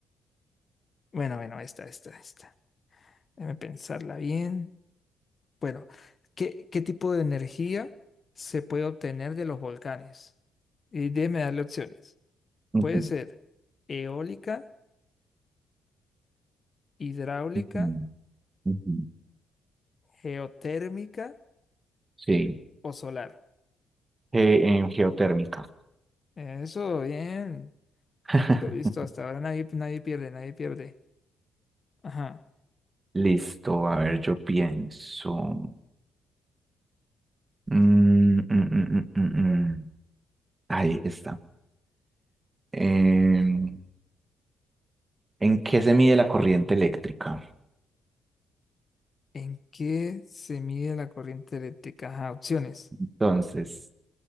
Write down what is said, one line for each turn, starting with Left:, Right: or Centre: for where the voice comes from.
Left: bueno, bueno, esta, esta, esta. Déjame pensarla bien. Bueno, ¿qué, qué tipo de energía se puede obtener de los volcanes? Y déjeme darle opciones.
Right: Ujú,
Left: Puede ser eólica, hidráulica,
Right: ujú, ujú.
Left: geotérmica
Right: Sí,
Left: o solar.
Right: ge- en geotérmica.
Left: Eso, bien.
Right: <laughs>
Left: Listo, listo, hasta ahora nadie, nadie pierde, nadie pierde. Ajá.
Right: Listo, a ver, yo pienso. Mm, mm, mm, mm, mm, mm. Ahí está. Em, ¿en qué se mide la corriente eléctrica?
Left: ¿En qué se mide la corriente eléctrica? Ajá, opciones.
Right: Entonces,